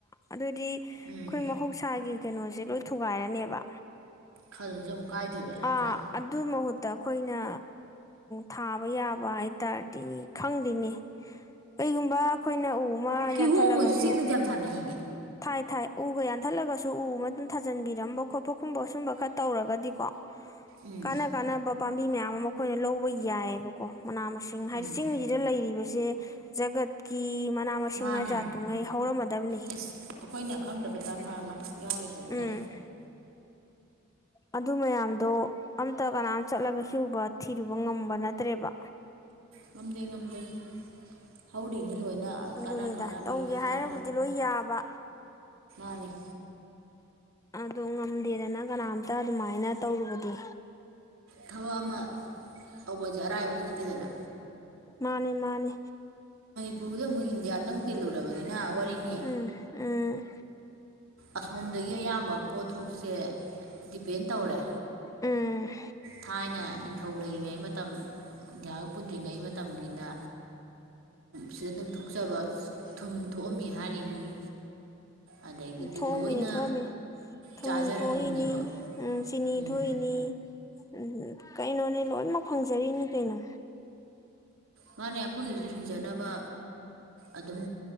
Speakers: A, on the left; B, on the right.
A: ꯑꯗꯨꯗꯤ ꯑꯩꯈꯣꯏ
B: ꯎꯝ
A: ꯃꯍꯧꯁꯥꯒꯤ ꯀꯩꯅꯣꯁꯦ ꯂꯣꯏ ꯊꯨꯒꯥꯏꯔꯅꯦꯕ
B: ꯈꯜꯁꯦ ꯑꯃꯨꯛ ꯀꯥꯏꯗꯣꯏꯕ ꯅꯠꯇ꯭ꯔꯥ
A: ꯑꯥ ꯑꯗꯨ ꯃꯍꯨꯠꯇ ꯑꯩꯈꯣꯏꯅ ꯊꯥꯕ ꯌꯥꯕ ꯍꯥꯏꯇꯥꯔꯗꯤ ꯈꯪꯗꯦꯅꯤ ꯀꯩꯒꯨꯝꯕ ꯑꯩꯈꯣꯏ ꯑꯩꯅ ꯎ ꯑꯃ
B: ꯀꯤꯍꯣꯝꯒꯁꯨ
A: ꯌꯥꯟꯊꯠꯂꯒꯁꯨ
B: ꯆꯤꯡꯗꯗꯤ ꯌꯥꯝ ꯊꯥꯅꯩꯅꯦ
A: ꯊꯥꯏ ꯊꯥꯏ ꯎꯒ ꯌꯥꯟꯊꯠꯂꯒꯁꯨ ꯎ ꯑꯃꯗ ꯊꯥꯖꯟꯕꯤꯔꯝꯕ ꯈꯣꯠꯄ ꯈꯨꯝꯕ ꯁꯨꯝꯕ ꯈꯔ ꯇꯧꯔꯒꯗꯤꯀꯣ
B: ꯎꯝ
A: ꯀꯥꯟꯅ ꯀꯥꯟꯅꯕ ꯄꯥꯝꯕꯤ ꯃꯌꯥꯝ ꯑꯃ ꯑꯩꯈꯣꯏꯅ ꯂꯧꯕ ꯌꯥꯏꯌꯦꯑꯕꯀꯣ ꯃꯅꯥ ꯃꯁꯤꯡ ꯍꯥꯏꯗꯤ
B: ꯎꯝ
A: ꯆꯤꯡꯁꯤꯗ ꯂꯩꯔꯤꯕꯁꯦ ꯖꯒꯠꯀꯤ ꯃꯅꯥ ꯃꯁꯤꯡꯅ
B: ꯃꯥꯅꯤ
A: ꯖꯥꯠꯇꯨꯉꯩ ꯍꯧꯔꯝꯃꯗꯕꯅꯤ
B: ꯑꯦꯁ ꯑꯩꯈꯣꯏꯅ ꯈꯪꯗꯕꯗ ꯑꯃ ꯑꯃ ꯌꯥꯎꯔꯤ ꯄꯝꯗ
A: ꯎꯝ ꯑꯗꯨ ꯃꯌꯥꯝꯗꯣ ꯑꯝꯇ ꯀꯅꯥꯝ ꯆꯠꯂꯒ ꯍꯤꯨꯕ ꯊꯤꯔꯨꯕ ꯉꯝꯕ ꯅꯠꯇ꯭ꯔꯦꯕ
B: ꯉꯝꯗꯦ ꯉꯝꯗꯦ ꯍꯧꯥꯎꯗꯤꯅꯤ ꯂꯣꯏꯅ
A: ꯑꯗꯨꯅꯤꯗ
B: ꯀꯥꯟꯅ ꯀꯥꯟꯅꯕꯒꯤ
A: ꯇꯧꯒꯦ
B: ꯍꯤꯗꯥꯛ
A: ꯍꯥꯏꯕꯨꯗꯤ ꯂꯣꯏ ꯌꯥꯕ
B: ꯍꯅꯤ <unintelligible>
A: ꯑꯗꯣ ꯉꯝꯗꯦꯗꯅ ꯀꯅꯥꯝꯇ ꯑꯗꯨꯃꯥꯏꯅ ꯇꯧꯔꯨꯕꯗꯤ
B: ꯊꯕꯛ ꯑꯃ ꯇꯧꯕꯁꯦ ꯑꯔꯥꯏꯕꯗꯤ ꯅꯠꯇꯦꯗꯅ
A: ꯃꯥꯅꯦ ꯃꯥꯅꯦ
B: ꯎ ꯄꯨꯗ ꯑꯃꯨꯛ ꯏꯟꯗꯤꯌꯥꯗꯪꯨꯛ ꯇꯤꯜꯂꯨꯔꯕꯅꯤꯅ ꯋꯥꯔꯤꯅꯤ
A: ꯎꯝ ꯎꯝ
B: ꯑꯁꯣꯝꯗꯒꯤ ꯑꯌꯥꯝꯕ ꯄꯣꯠꯊꯣꯛꯁꯦ ꯗꯤꯄꯦꯟ ꯇꯧꯔꯦ
A: ꯎꯝ
B: ꯊꯥꯏꯅ ꯅꯤꯡꯊꯧ ꯂꯩꯔꯤꯉꯩ ꯃꯇꯝ ꯏꯟꯗꯤꯌꯥꯒ ꯄꯨꯟꯗ꯭ꯔꯤꯉꯩ ꯃꯇꯝꯒꯤꯗ ꯁꯤꯗ ꯑꯗꯨꯝ ꯊꯣꯛꯆꯕ ꯊꯨꯝ ꯊꯣꯛꯑꯝꯃꯤ ꯍꯥꯏꯔꯤꯅꯤ ꯑꯗꯒꯤꯗꯤ
A: ꯊꯣꯛꯑꯝꯃꯤꯅꯤ
B: ꯂꯣꯏꯅ
A: ꯊꯣꯡꯑꯝꯃꯤꯅꯤ ꯊꯨꯝ
B: ꯆꯥꯖꯔꯝꯃꯤꯅꯦꯕ
A: ꯊꯣꯛꯏꯅꯤ ꯎꯝ ꯆꯤꯅꯤ
B: ꯎꯝ
A: ꯊꯣꯛꯏꯅꯤ ꯎꯝ ꯀꯩꯅꯣꯅꯦ ꯂꯣꯏꯅꯃꯛ ꯐꯪꯖꯔꯤꯅꯦ ꯀꯩꯅꯣ
B: ꯃꯥꯅꯦ ꯑꯩꯈꯣꯏꯒꯤꯁꯨ ꯍꯤꯡꯖꯅꯕ ꯑꯗꯨꯝ